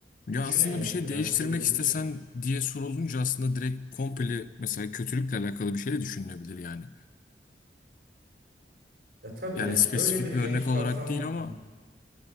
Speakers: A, on the left (about 45°); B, on the right (about 60°).
A: Ya
B: Düşünemiyorsun
A: aslında bir şey
B: bile
A: değiştirmek
B: hani kötülük
A: istesen
B: bir şey.
A: diye sorulunca aslında direkt komple mesela kötülükle alakalı bir şey de düşünülebilir yani.
B: Ya tabii
A: Yani
B: yani
A: spesifik
B: öyle bir geniş
A: bir örnek olarak
B: kapsamlı
A: değil ama
B: hani,